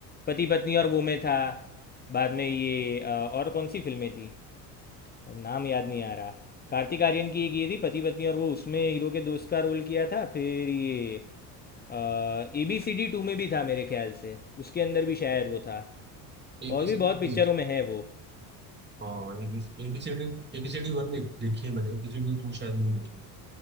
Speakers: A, on the left (about 20°); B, on the right (about 25°).
A: पति पत्नी और वो में था बाद में ये अ, और कौन सी फिल्में थी अब नाम याद नहीं आ रहा कार्तिक आर्यन की एक ये थी पति पत्नी और वो उसमें हीरो के दोस्त का रोल किया था फिर ये ए बी सी डी टू में भी था मेरे ख्याल से उसके अंदर भी शायद वो था
B: एबीसीडी
A: और भी बहुत पिक्चरों
B: पूरी
A: में है वो
B: हाँ एबीसीडी एबीसीडी वन में देखी है मैंने एबीसीडी टू शायद नहीं देखी